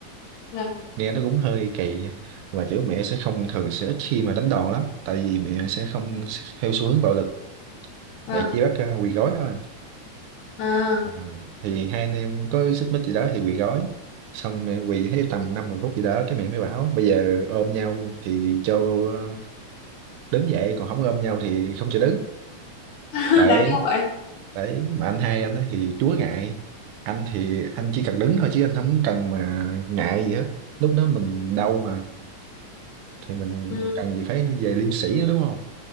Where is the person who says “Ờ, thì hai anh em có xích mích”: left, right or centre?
Right